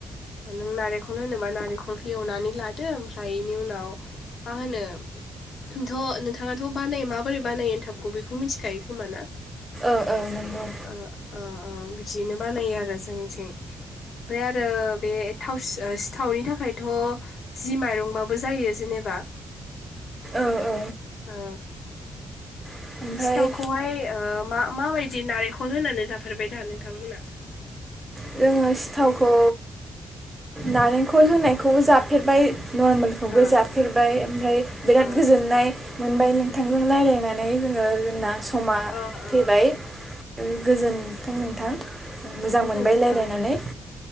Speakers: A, on the left; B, on the right.
A: नों नारेंखल होनोबा नारेंखल खौ एवनानै लादों ओमफ्राय बेनि उनाव मा होनो थ नोंथां थ बानायो माबोरै बानायो एनथाबखै बेखौ बेखौ मिथिखायो खोमा ना।
B: औ औ नंगौ
A: ओ ओ ओ बिदिनो बानायो आरो जोंनिथिं ओमफ्राय आरो बे थाव सिथावनि थाखायथ' जि माइरंबाबो जायो जेनेबा
B: औ औ
A: ओ
B: ओमफ्राय
A: सिथावखौहाय ओ मा माबायदि नारेंखल होनानै जाफेरबाय दा नोंथांमोना
B: जोंङो सिथावखौ नारेंखल होनायखौबो जाफेरबाय नरमेलखौबो
A: ओ
B: जाफेरबाय ओमफ्राय बिराद
A: ओ
B: गोजोननाय मोनबाय नोंथांजों रायलायनानै जोंङो जोंना समा
A: ओ ओ
B: फैबाय। गोजोनथों नोंथां मोजां
A: गोजोनथों
B: मोनबाय रायज्लायनानै
A: ओं गोजोन